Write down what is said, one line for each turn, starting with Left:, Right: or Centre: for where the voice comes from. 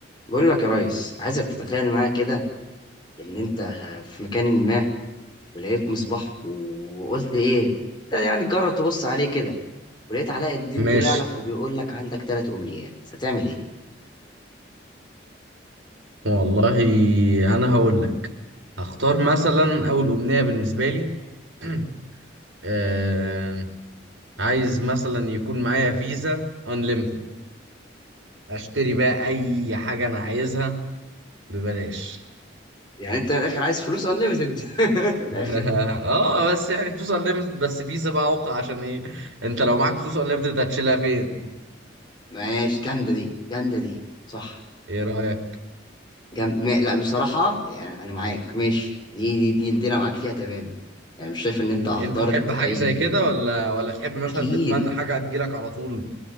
Left: بقول لك يا ريس عايزك تتخيل معايا كده ان انت في مكان ما ولقيت مصباح وقلت ايه يعني جرب تبص عليه كده ولقيت علاء الدين
Right: ماشي
Left: طلع لك وبيقول لك عندك ثلاث امنيات هتعمل ايه
Right: والله انا هقول لك هختار مثلا اول امنية بالنسبة لي <clears throat> آه... عايز مثلا يكون معايا فيزا unlimited اشتري بقى اي حاجة انا عايزها ببلاش
Left: يعني انت من الاخر عايز فلوس انليمتد <laughs> من
Right: <laughs>
Left: الاخر
Right: اه بس يعني فلوس unlimited بس فيزا بقى اوقع عشان ايه انت لو معاك فلوس unlimited هتشيلها فين
Left: ماشي جامده دي جامده دي صح
Right: ايه رأيك
Left: جامد ما- لا بصراحه يعني انا معاك ماشي دي دي دي, دي انا معاك فيها تماما يعني مش شايف ان
Right: مم،
Left: انت اهدرت
Right: انت تحب حاجة
Left: اي
Right: زي كده ولا ولا تحب مثلا
Left: اكيد
Right: تتمنى حاجة هتجيلك على طول